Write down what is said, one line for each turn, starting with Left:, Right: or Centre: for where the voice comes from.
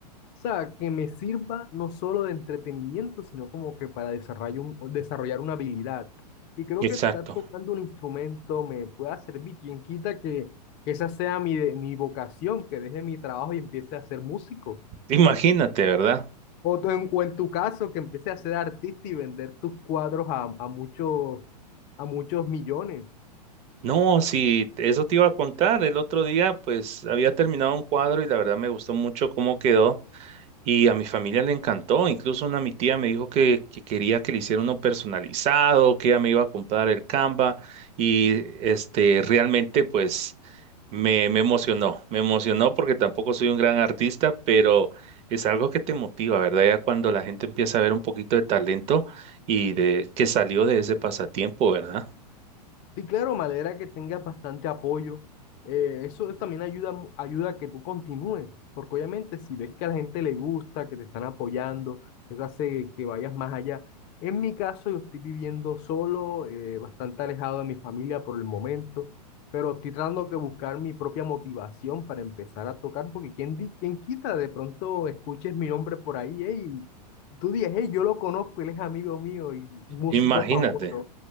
Left: sea, que me sirva no solo de entretenimiento, sino como que para desarrollar, un, desarrollar una habilidad. Y creo que
Right: Exacto.
Left: estar tocando un instrumento me pueda servir. Quien quita que, que esa sea mi, de- mi vocación, que deje mi trabajo y empiece a ser músico.
Right: Imagínate, ¿verdad?
Left: O, tú en, o en tu caso, que empieces a ser artista y vender tus cuadros a, a muchos, a muchos millones.
Right: No, sí, eso te iba a contar. El otro día, pues, había terminado un cuadro y la verdad me gustó mucho cómo quedó y a mi familia le encantó. Incluso una mi tía me dijo que, que quería que le hiciera uno personalizado, que ella me iba a comprar el Canva y, este, realmente, pues, me, me emocionó. Me emocionó porque tampoco soy un gran artista, pero es algo que te motiva, ¿verdad? Ya cuando la gente empieza a ver un poquito de talento y de que salió de ese pasatiempo, ¿verdad?
Left: Sí, claro, me alegra que tengas bastante apoyo. Eh, eso también ayuda, mu- ayuda a que tú continúes, porque obviamente si ves que a la gente le gusta, que te están apoyando, eso hace que vayas más allá. En mi caso, yo estoy viviendo solo, eh, bastante alejado de mi familia por el momento, pero estoy tratando que buscar mi propia motivación para empezar a tocar, porque quién, di- quién quita, de pronto escuches mi nombre por ahí, hey, tú dices, hey, yo lo conozco, él es amigo mío y músico
Right: Imagínate.
Left: famoso.